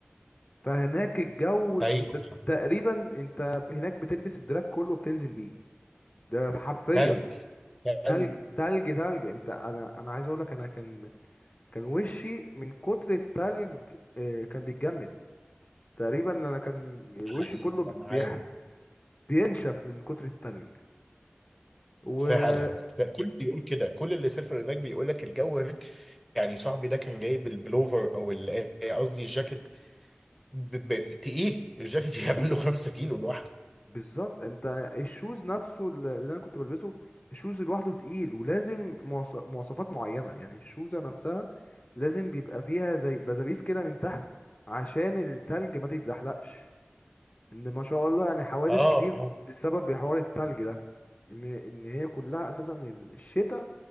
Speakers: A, on the left (about 35°); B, in the centre.
A: فهناك الجو انت
B: ايوه فاهم
A: تقريبا انت هناك بتلبس الدراب كله وبتنزل بيه ده حرفيا
B: تلج تلج
A: تلج تلج تلج انت انا انا عايز اقول لك انا كان كان وشي من كتر التلج آه، كان بيتجمد تقريبا انا كان
B: حقيقي
A: وشي كله
B: انا
A: بيح...
B: عارف
A: بينشف من كتر التلج و
B: فعلا بقى كل بيقول كده كل اللي سافر هناك بيقول لك الجو هناك يعني صاحبي ده كان جايب البلوفر او ال- إيه، قصدي الجاكيت ب- ب- تقيل الجاكيت
A: <laughs>
B: <laughs> يعمل
A: بي-
B: له 5 كيلو لوحده
A: بالظبط انت الشوز نفسه اللي اللي انا كنت بلبسه الشوز لوحده تقيل ولازم مواص... مواصفات معينة يعني الشوزة نفسها لازم بيبقى فيها زي بزابيس كده من تحت عشان التلج ما تتزحلقش ان ما شاء الله يعني حوادث
B: اه
A: كتير اه بسبب حوار التلج ده ان ان هي كلها اساسا الشتاء